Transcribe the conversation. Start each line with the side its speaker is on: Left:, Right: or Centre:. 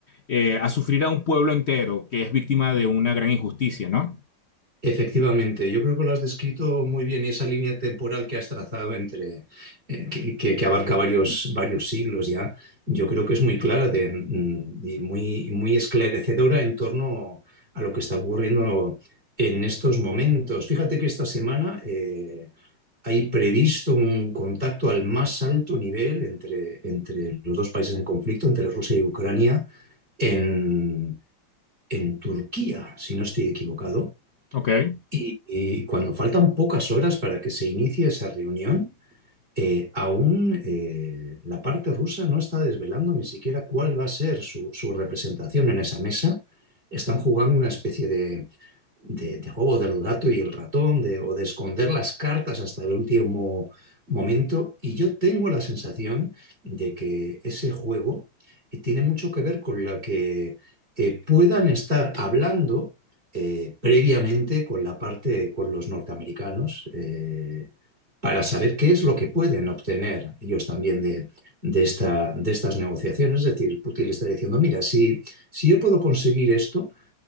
Left: eh, a sufrir a un pueblo entero que es víctima de una gran injusticia, ¿no?
Right: Efectivamente, yo creo que lo has descrito muy bien y esa línea temporal que has trazado entre eh, que, que- que abarca varios, varios siglos ya, yo creo que es muy clara de- mm, y muy, muy esclarecedora en torno a lo que está ocurriendo en estos momentos. Fíjate que esta semana eh, hay previsto un contacto al más alto nivel entre, entre los dos países en conflicto, entre Rusia y Ucrania, en, en Turquía, si no estoy equivocado.
Left: Ok.
Right: Y, y cuando faltan pocas horas para que se inicie esa reunión, eh, aún eh, la parte rusa no está desvelando ni siquiera cuál va a ser su, su representación en esa mesa. Están jugando una especie de, de, de juego del gato y el ratón, de, o de esconder las cartas hasta el último momento. Y yo tengo la sensación de que ese juego eh, tiene mucho que ver con la que eh, puedan estar hablando eh, previamente con la parte, con los norteamericanos, eh, para saber qué es lo que pueden obtener ellos también de, de esta, de estas negociaciones. Es decir, Putin le está diciendo, mira, si, si yo puedo conseguir esto,